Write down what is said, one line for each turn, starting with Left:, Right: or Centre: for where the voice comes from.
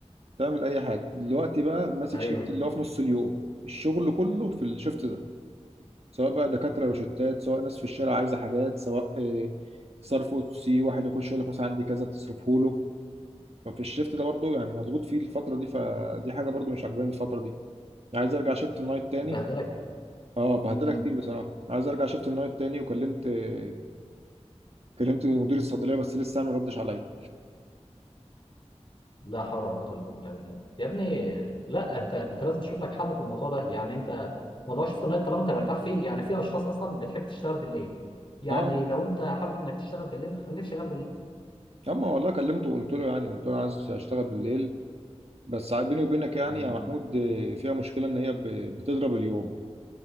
Right: تعمل اي حاجه دلوقتي بقى ماسك
Left: ايوه
Right: شيفت اللي هو في نص اليوم الشغل كله في الشيفت ده. سواء بقى دكاترة روشتات سواء ناس في الشارع عايزة حاجات سواء آه، صرف او سي واحد يخش يقول لك مثلا عندي كذا تصرفه له ففي الشيفت ده برضو يعني مضغوط فيه الفترة دي فدي حاجة برضو مش عاجباني الفترة دي يعني عايز ارجع شيفت النايت تاني
Left: بهدلك
Right: اه بهدلها
Left: أمم.
Right: كتير بصراحة عايز ارجع شيفت النايت تاني وكلمت آه، كلمت مدير الصيدلية بس لسه ما ردش عليا
Left: لا حول ولا قوه الا بالله يا ابني لا انت انت لازم تشوف لك حل في الموضوع ده يعني انت موضوع شفت النايت طالما انت مرتاح فيه يعني في اشخاص اصلا بتحب تشتغل بالليل يعني
Right: اه
Left: لو انت حابب انك تشتغل بالليل خليك شغال بالليل
Right: اما والله كلمته وقلت له يعني قلت له عايز اشتغل بالليل بس بيني وبينك يعني
Left: أمم.
Right: يا محمود آه، فيها مشكلة ان هي ب- بتضرب اليوم